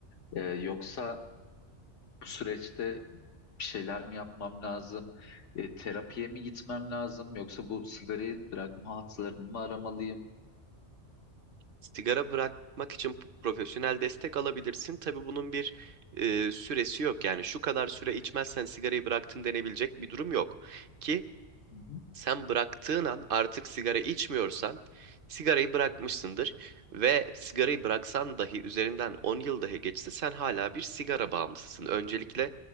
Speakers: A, on the left; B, on the right.
A: E, yoksa bu süreçte bir şeyler mi yapmam lazım? E, terapiye mi gitmem lazım? Yoksa bu sigarayı bırakma hatlarını mı aramalıyım?
B: Sigara bırakmak için profesyonel destek alabilirsin. Tabii bunun bir e, süresi yok. Yani şu kadar süre içmezsen sigarayı bıraktım denebilecek bir durum yok. Ki
A: Hı hı.
B: sen bıraktığın an artık sigara içmiyorsan sigarayı bırakmışsındır ve sigarayı bıraksan dahi üzerinden 10 yıl dahi geçse sen hala bir sigara bağımlısısın. Öncelikle